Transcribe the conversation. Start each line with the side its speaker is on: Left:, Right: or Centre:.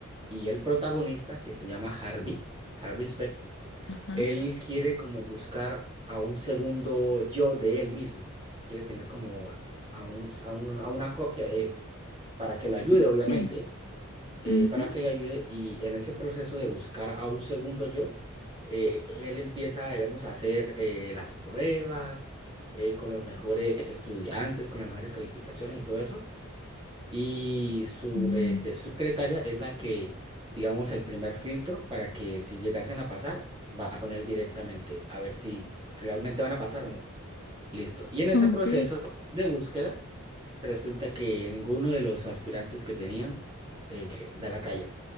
Right: Y el protagonista, que se llama Harvey, Harvey Specter.
Left: Ajá.
Right: Él quiere como buscar a un segundo yo de él mismo. Quiere tener como a, a un- a un- a una copia de él para que lo ayude,
Left: Ok.
Right: obviamente, eh,
Left: ujú,
Right: para que lo ayude. Y en ese proceso de buscar a un segundo yo, eh, él empieza, digamos, a hacer eh, las pruebas eh, con los mejores estudiantes, con las mejores calificaciones y todo eso. Y su
Left: Bien.
Right: este, secretaria es la que, digamos, el primer filtro para que si llegasen a pasar, va con él directamente a ver si realmente van a pasar o no. Listo. Y en ese
Left: Ok.
Right: proceso de búsqueda, resulta que ninguno de los aspirantes que tenían eh, da la talla.